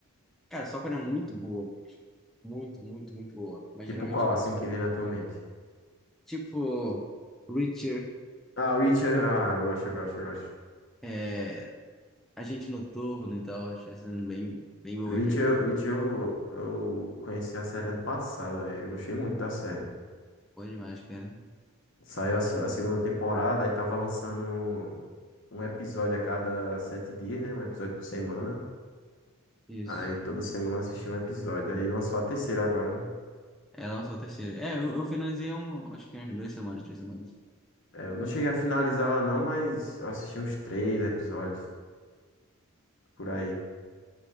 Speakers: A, in the centre; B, on the left.
A: cara, só quando é muito boa mesmo. Muito, muito, muito boa. Mas
B: Tipo
A: geralmente
B: qual, assim,
A: não.
B: que vem na tua mente?
A: Tipo, Reacher,
B: Ah, Reacher. Ah, eu gosto, eu gosto, eu gosto.
A: é, A gente noturno e tal, acho que tá sendo bem, bem boa
B: Reacher,
A: às vezes.
B: Reacher eu, eu conheci a série ano passado, velho. Eu gostei muito da série.
A: Boa demais, cara.
B: Saiu a, se- a segunda temporada, aí tava lançando um um episódio a cada sete dias, né? Um episódio por semana.
A: Isso.
B: Aí toda semana eu assistia um episódio. Aí lançou a terceira agora, né?
A: É, lançou a terceira. É, eu, eu finalizei há um, acho que umas duas semanas, três semanas.
B: É, eu não cheguei a finalizar ela não, mas eu assisti uns três episódios por aí.